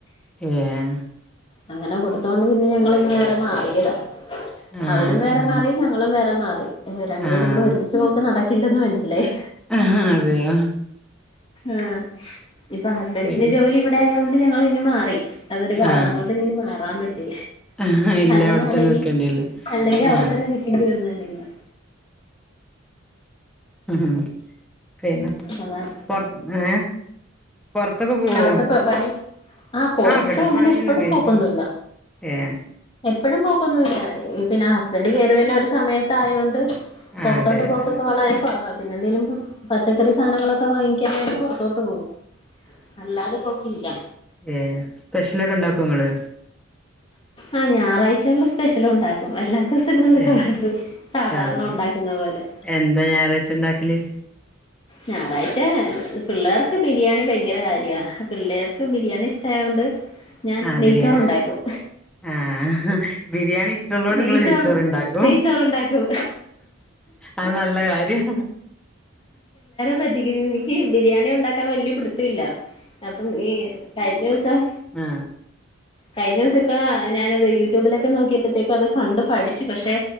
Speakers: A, in the centre; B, on the left.
A: ഏഹ്
B: അങ്ങനെ കൊടുത്തോണ്ട് പിന്നെ ഞങ്ങളിങ്ങ് വേറെ മാറിയതാ
A: ആഹ്
B: അവരും വേറെ
A: ആഹ്
B: മാറി ഞങ്ങളും വേറെ മാറി രണ്ടുപേരുംങ്കൂടെ
A: ആഹ്
B: ഒരുമിച്ച് പോക്ക് നട ഇല്ലന്ന് മനസ്സിലായി
A: ആഹ് അതെയോ
B: ആഹ് ഇപ്പൊ ഹസ്ബൻഡിന്
A: പി
B: ജോലി ഇവി- ആയോണ്ട് ഞങ്ങളിങ്ങ് മാറി അതൊരു കാരണംകൊ-
A: ആഹ്
B: മാറാൻ പറ്റി
A: ആഹ് ഇല്ല
B: അല്ലെന്നാണെങ്കി
A: അവിടെത്തന്നെ നിക്കേണ്ടില്ലേ
B: അല്ലെങ്കി അവിടെതന്നെ
A: ആഹ്
B: നിക്കെണ്ടി വന്നേനെന്ന്
A: ഉം പിന്നെ
B: അതാ
A: പൊറത്ത് ഏഹ് പൊറത്തൊക്കെ പോവോ
B: അവിടുത്തെ പ പണി പൊറത്ത്
A: ആഹ് വട
B: അങ്ങനെ
A: പണിയെല്ലാം
B: എപ്പഴും
A: കഴിഞ്ഞു
B: പോക്കൊന്നുല്ല
A: ഏഹ്
B: എപ്പഴും പോക്കൊന്നുവില്ല ഈ പിന്നെ ഹസ്ബൻഡ് കയറിരുന്ന ഒരു സമയത്തായോണ്ട്
A: ആ
B: പൊറത്തോട്ട്
A: അതെ അതെ
B: പോക്കൊക്കെ വളരെകൊറവാ പിന്നെന്തേലും പച്ച ക്കറീം സാനങ്ങളൊക്കെ വാങ്ങിക്കാനായിട്ട് പൊറത്തോട്ട് പോവും അല്ലാതെ പോക്കില്ല
A: ഏഹ് സ്പെഷ്യലൊക്കെ ഇണ്ടാക്കൊ ഇങ്ങള്
B: ആഹ് ഞാറാച്ചകളി സ്പെഷ്യലൊണ്ടാ അല്ലാത്തൂസങ്ങളില്
A: ഏ
B: കൊഴപ്പ് സാധാരണ
A: സാധ
B: ഒണ്ടാക്കുന്നപോലെ
A: എന്താ ഞായറാഴ്ചിണ്ടാക്കല്
B: ഞാറാഴ്ച്ച പിള്ളേർക്ക് ബിരിയാണി ഭയങ്കര കാര്യ പിള്ളേർക്ക് ബിരിയാണി ഇഷ്ടായകൊണ്ട് ഞാൻ
A: ആ
B: നെയ്ച്ചോറുണ്ടാക്കും
A: ബിരിയാണി ആഹ് ബിരിയാണി ഇഷ്ടൊള്ളോണ്ടിങ്ങള്
B: നെയ്ച്ചോറ്
A: നെയിച്ചോറിണ്ടാക്കും
B: നെയ്ച്ചോറുണ്ടാക്കും
A: അത് നല്ലകാര്യം
B: തട്ടിക്കബിര്യാണി ഈ ബിരിയാണി ഒണ്ടാക്കാൻ വല്യ പിടുത്തുല്ല അപ്പം ഈ കഴിഞ്ഞൂസം
A: ആഹ്
B: കഴിഞ്ഞൂസ്സിപ്പ ഞാനത് യൂട്യൂബിലൊക്കെ നോക്കി യപ്പത്തേക്കത് കണ്ട് പഠിച്ച് പക്ഷെ